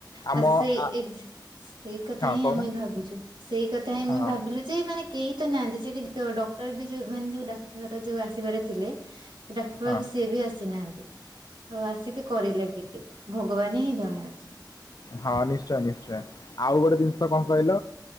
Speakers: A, on the left (about 55°); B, on the right (about 80°).
A: ଆମ
B: ବା ସେଇ
A: ଆ
B: ସେଇ କଥା
A: ହଁ
B: ହିଁ
A: କହୁନା
B: ଆମେ ଭାବୁଛୁ ସେଇ କଥା ହିଁ ଆମେ
A: ହଁ
B: ଭାବିଲୁ ଯେ ମାନେ କେହି ତ ନାହାନ୍ତି ସେଠି ଡକ୍ଟର ବି ଯଉ ମାନେ ଯୋଉ ଡାକ୍ତର ଯୋଉ ଆସିବାର ଥିଲେ ସେ ଡାକ୍ତର
A: ହଁ
B: ବାବୁ ସିଏ ବି ଆସିନାହାନ୍ତି ତ ଆସିକି କରିଲେ କି ଭ ଭଗବାନ ହିଁ ଜଣେ ଅଛନ୍ତି।
A: ହଁ ନିଶ୍ଚୟ ନିଶ୍ଚୟ। ଆଉ ଗୋଟେ ଜିନିଷ କଣ କହିଲ